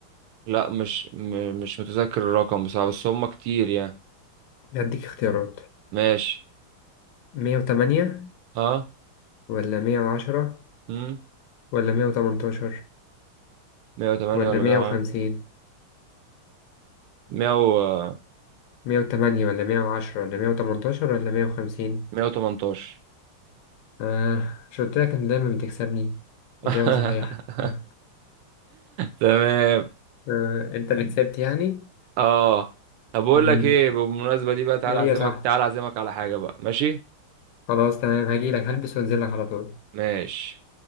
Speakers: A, on the right (about 80°); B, on the left (about 75°).
A: لا مش م... مش متذكر الرقم بصراحة بس هم كتير يعني
B: هديك اختيارات
A: ماشي
B: مية وتمانية
A: اه
B: ولا مية وعشرة
A: امم
B: ولا مية وتمنتاشر
A: 108
B: ولا
A: ولا
B: مية وخمسين
A: 100 100
B: مية وتمانية ولا مية وعشرة ولا مية وتمنتاشر ولا مية وخمسين
A: 118
B: آه مش قلت لك انت دايما بتكسبني
A: <laughs>
B: إجابة صحيحة <laughs>
A: تمام
B: آه انت اللي كسبت يعني
A: اه طب بقول
B: مم.
A: لك ايه بالمناسبة دي بقى تعالى
B: ده ايه
A: اعزمك
B: يا صاحبي
A: تعالى اعزمك على حاجة بقى ماشي
B: خلاص تمام هجيلك هلبس وانزل لك على طول
A: ماشي